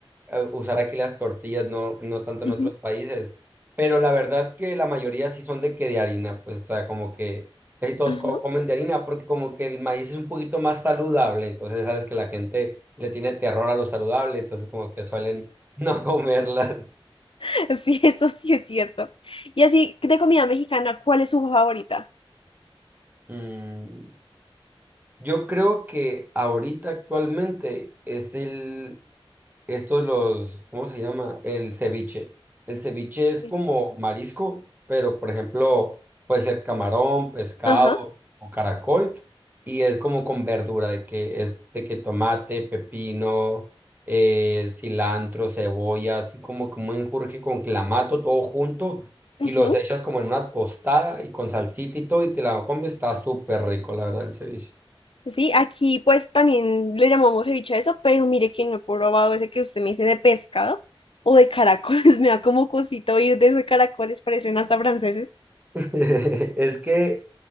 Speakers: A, on the right; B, on the left.
A: eh, usar aquí las tortillas, no, no tanto en
B: Ujú,
A: otros países. Pero la verdad que la mayoría sí son de que de harina, pues, o sea, como que casi todos
B: ajá.
A: co- comen de harina, porque como que el maíz es un poquito más saludable, entonces sabes que la gente le tiene terror a lo saludable, entonces como que suelen <laughs> no comerlas.
B: <laughs> Sí, eso sí es cierto. Y así, de comida mexicana, ¿cuál es su favorita?
A: Mm, yo creo que ahorita actualmente es el, Estos los, ¿cómo se llama? El ceviche. El ceviche
B: Sí.
A: es como marisco, pero por ejemplo, puede ser camarón, pescado
B: Ajá.
A: o caracol, y es como con verdura, de que es de que tomate, pepino, eh, cilantro, cebolla, así como como un enjurje con clamato, todo junto,
B: ujú.
A: y los echas como en una tostada y con salsita y todo, y te la comes, está súper rico, la verdad, el ceviche.
B: Sí, aquí pues también le llamamos ceviche a eso, pero mire que no he probado ese que usted me dice de pescado o de caracoles. <laughs> Me da como cosito oír de esos caracoles, parecen hasta franceses.
A: <laughs> Es que